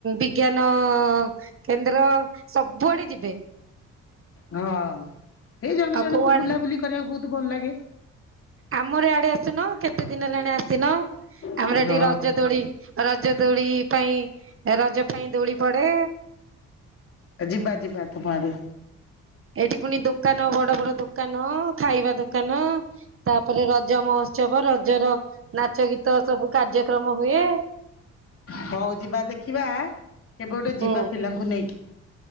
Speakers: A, on the right (about 45°); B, on the left (about 50°).
A: ବିଜ୍ଞାନ କେନ୍ଦ୍ର ସବୁଆଡେ ଯିବେ।
B: ହଁ ଏଇ ଜଣ
A: ଆଉ
B: ଜଣଙ୍କୁ
A: କୋଉଆଡେ
B: ବୁଲାବୁଲି କରିବାକୁ ବହୁତ ଭଲ ଲାଗେ।
A: ଆମର ଇଆଡେ ଆସୁନ କେତେ ଦିନ ହେଲାଣି ଆସିନ।
B: ହଁ
A: ଆମର ଏଠି ରଜ ଦୋଳି ରଜ ଦୋଳି ପାଇଁ ରଜ ପାଇଁ ଦୋଳି ପଡେ।
B: ଏ ଯିବା ଯିବା ତୋମ ଆଡେ।
A: ଏଇଠି ପୁଣି ଦୋକାନ ବଡ ବଡ ଦୋକାନ। ଖାଇବା ଦୋକାନ। ତାପରେ ରଜ ମହୋତ୍ସବ। ରଜ ର ନାଚ ଗୀତ ସବୁ କାର୍ଯ୍ୟକ୍ରମ ହୁଏ।
B: ହଉ ଯିବା ଦେଖିବା କେବେ ଗୋଟେ
A: ହୁଁ
B: ଯିବା ପିଲାଙ୍କୁ ନେଇକି।